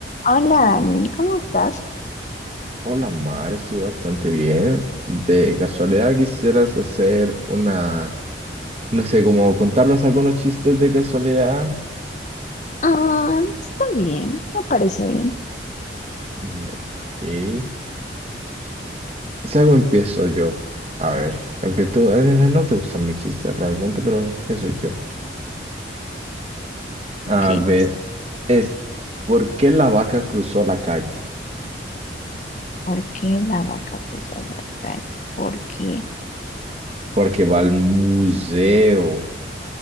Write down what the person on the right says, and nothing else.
Hola Mar, estoy bastante bien. De casualidad quisieras hacer una, no sé, como contarnos algunos chistes de casualidad.
Mm, No. Y si algo empiezo yo. A ver, aunque tú eh, no no te gustan mis chistes realmente, pero empiezo yo.
A ver,
este, ¿por qué la vaca cruzó la calle?
Porque va al museo.